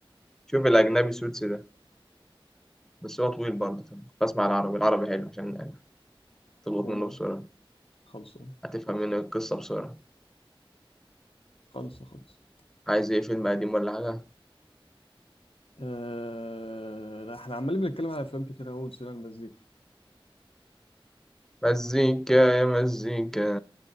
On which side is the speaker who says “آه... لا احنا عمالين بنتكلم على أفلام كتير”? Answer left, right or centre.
Left